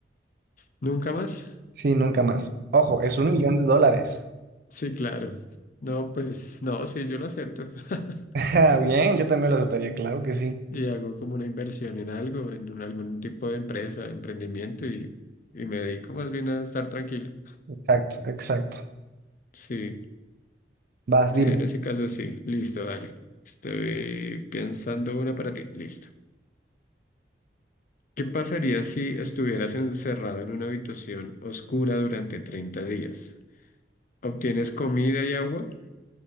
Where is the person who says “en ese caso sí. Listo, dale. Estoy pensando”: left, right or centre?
Left